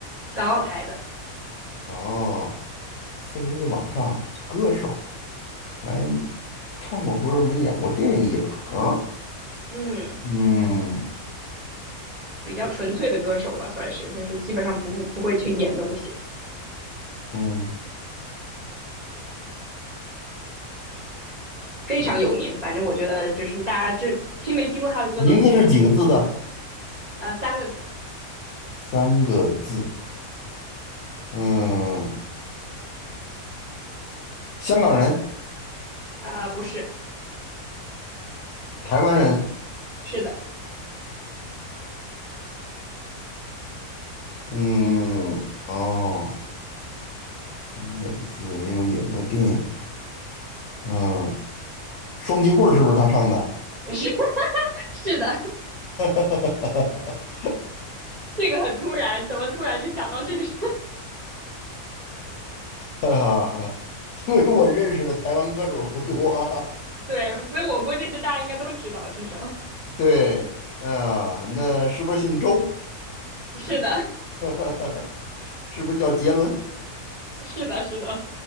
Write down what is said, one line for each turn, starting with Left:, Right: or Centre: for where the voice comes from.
Right: 港澳台的，
Left: 啊，四十岁往上，歌手。还唱过歌儿没演过电影儿？
Right: 嗯，
Left: 嗯
Right: 比较纯粹的歌手吧，算是，就是基本上不不会去演东西，
Left: 嗯，
Right: 非常有名。反正我觉得就是大家这听没听过他的歌都听过这个名字，
Left: 名字是几个字的？
Right: 呃，三个字，
Left: 三个字。嗯，香港人，
Right: 呃，不是，
Left: 台湾人。
Right: 是的，
Left: 嗯，哦，三个字没有演过电影。嗯，双截棍儿是不是他唱的？
Right: 是 <laughs> 是的，
Left: <laughs>
Right: 这个很突然，怎么突然就想到这个事？
Left: 啊，<laughs> 因为我认识的台湾歌手不多啊
Right: <laughs> 对，所以我估计这大家应该都知道，至少
Left: 对，啊，那是不是姓周？
Right: <laughs> 是的，
Left: <laughs> 是不是叫杰伦？
Right: 是的，是的，